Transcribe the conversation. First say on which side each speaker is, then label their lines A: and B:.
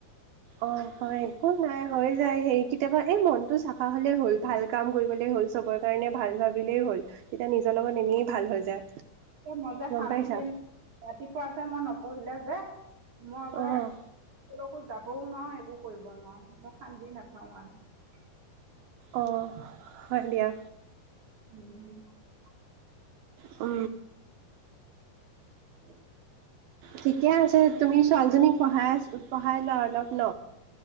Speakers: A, on the right; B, on the right.
A: অ হয় একো নাই হৈ যায় হেইৰি কেতিয়াবা এই মনটো চাফা হলেই হ'ল ভাল কাম কৰিবলে হ'ল চবৰ কাৰণে ভাল ভাবিলেই হ'ল তেতিয়া নিজৰ লগত এনেই ভাল হৈ যায়
B: মই যে
A: গম
B: শান্তিে
A: পাইছা।
B: ৰাতিপুৱা যে মই নক কহিলা যে মজা
A: অ',
B: তেওঁলো যাবও নোৱাৰো একো কৰিব নোৱাৰো মই শান্দি নাাপাওঁ আৰু
A: অঁ হয় দিয়া
B: উম
A: অ
B: উ
A: ঠিকে আছে তুমি ছোৱালীজনী পঢাই পাহাই ল অলপ সপন